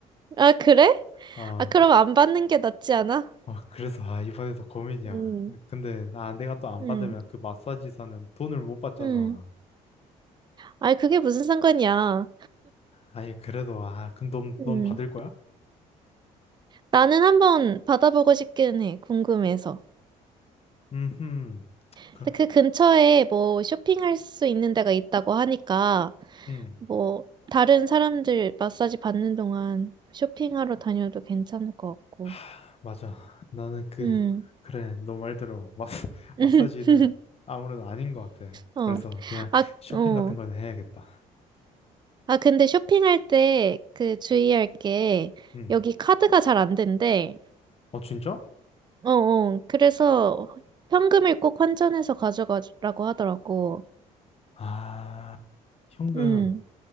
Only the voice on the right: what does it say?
아, 그래?
아, 그럼 안 받는 게 낫지 않아?
응.
음,
음. 아이, 그게 무슨 상관이야.
음.
나는 한번 받아보고 싶기는 해, 궁금해서.
근데 그 근처에 뭐 쇼핑할 수 있는 데가 있다고 하니까,
뭐, 다른 사람들 마사지 받는 동안 쇼핑하러 다녀도 괜찮을 것 같고.
음.
<laughs>
어.
아,
어.
아, 근데 쇼핑할 때 그 주의할 게,
여기 카드가 잘 안 된대.
어, 어. 그래서 현금을 꼭 환전해서 가져가라고 하더라고.
응,